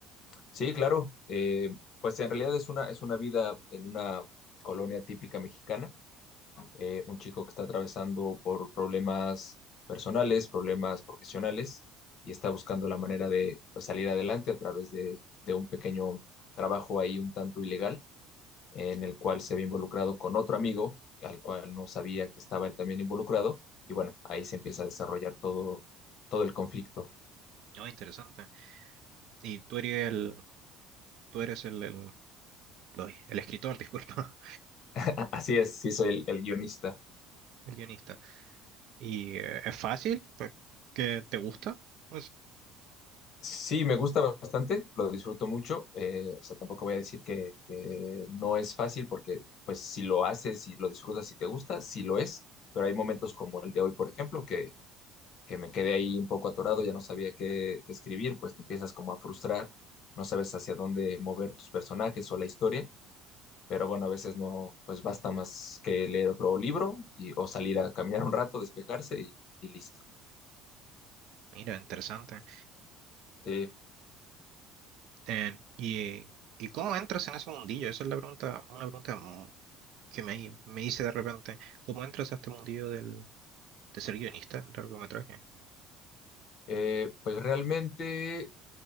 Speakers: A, on the left (about 50°); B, on the right (about 65°).
A: Sí, claro. eh, pues en realidad es una, es una vida en una colonia típica mexicana. Eh, un chico que está atravesando por problemas personales, problemas profesionales, y está buscando la manera de pues, salir adelante a través de, de un pequeño trabajo ahí un tanto ilegal, en el cual se ve involucrado con otro amigo, al cual no sabía que estaba él también involucrado. Y bueno, ahí se empieza a desarrollar todo, todo el conflicto.
B: Oh, interesante. Y tú eres el, tú eres el, el, ay, el escritor, disculpa,
A: <laughs> Así es, sí soy el el guionista.
B: <laughs> el guionista. ¿Y eh, es fácil? Pues, ¿qué te gusta? Pues,
A: Sí, me gusta bastante, lo disfruto mucho. eh, o sea, tampoco voy a decir que, que no es fácil porque, pues, si lo haces, si lo disfrutas, si te gusta, sí lo es. Pero hay momentos como el de hoy, por ejemplo, que, que me quedé ahí un poco atorado, ya no sabía qué, qué escribir, pues te empiezas como a frustrar, no sabes hacia dónde mover tus personajes o la historia. Pero bueno, a veces no, pues basta más que leer otro libro y, o salir a caminar un rato, despejarse y, y listo.
B: Mira, interesante.
A: Sí.
B: Eh, ¿y, eh, ¿y cómo entras en ese mundillo? Esa es la pregunta, una pregunta mu- que me, me hice de repente. ¿Cómo entras a este mundillo del, de ser guionista en largometraje?
A: Eh, pues realmente.